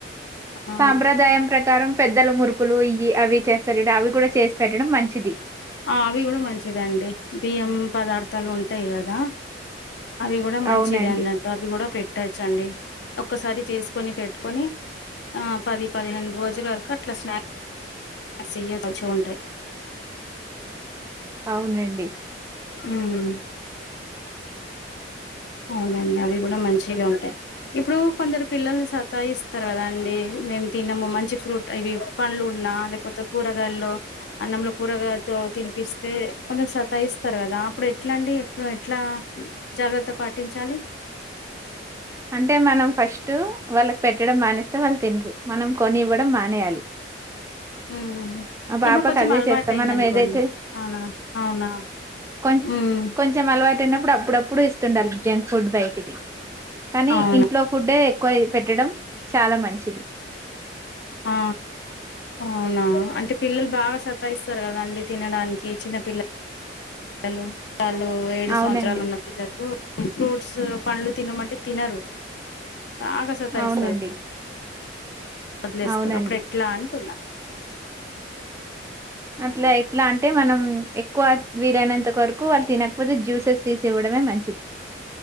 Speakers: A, on the left; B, on the right.
A: ఆ
B: సాంప్రదాయం ప్రకారం పెద్దలు మురుకులు ఇవి అవి చేస్తరు అవి కూడా చేసి పెట్టడం మంచిది
A: ఆ అవి గూడా మంచిదే అండి బియ్యం పదార్థాలు ఉంటాయ్ గదా అవి గూడా మంచిదే
B: అవునండి
A: అన్నట్టు అవి కూడా పెట్ ట్టచ్చండి ఒక్కసారి చేసుకొని పెట్టుకొని ఆ పది పదిహేను రోజుల వరకు అట్లా స్నాక్ స్నాక్స్ ఇయ్యె మంచిగుంటాయ్
B: అవునండి
A: ఉమ్ అవునండి అవి గూడా మంచిగా ఉంటాయ్ ఇప్పుడు కొందరు పిల్లలు సత్ తాఇస్తరు కదా అండి మేం తినము మంచి ఫ్రూట్ ఇవి పండ్లు ఉన్నా లేకపోతే కూరగాయల్లో అన్నంలో కూూరగాతో తినిపిస్తే కొంచం సతాయిస్తారు కదా అప్పుడు ఎట్లా అండి అప్పుడు ఎట్లా జాగ్రత్త పాటించాలి
B: అంటే మనం ఫస్టు వాళ్ళకి పెట్టడం మానేస్తే వాళ్ళు తిండ్రు మనం కొనివ్వడం మానేయాలి
A: ఊ హు హు
B: మా పాపకు
A: ఇప్పుడు కొంచెం
B: అదే
A: అలవాటు
B: చేస్తాం
A: అయింది
B: మనం
A: అనుకోండి
B: ఏదైతే
A: అవునా అవునా
B: కొన్
A: ఉమ్
B: కొంచెం అలవాటు అయిన్నప్పుడు అప్పుడప్పుడు ఇస్తుండాలి జంక్ ఫుడ్ బై కానీ
A: అవునా
B: ఇంట్లో ఫుడ్డే ఎక్కువ పెట్టడం చాలా మంచిది
A: ఆ అవునా అంటే పిల్లలు బాగా సతాయిస్తారు కదా అండి తినడానికి చిన్నపిల్ల లు వాల్లు ఏడు
B: అవునండి
A: సంవత్సరాలు ఉన్న పిల్లలు ఫ్రూట్సు పండ్లు తినమంటే తినరు బాగా సతాయిస్తారు
B: అవునండి
A: వదిలేస్తారు
B: అవునండి
A: అప్పుడు ఎట్లా అంటున్నా
B: అట్లే ఎట్లా అంటే మనం ఎక్కువ వీలైనంత వరకు వాళ్ళు తినక్ పోతే జ్యూసెస్ తీసి ఇవ్వడమే మంచిది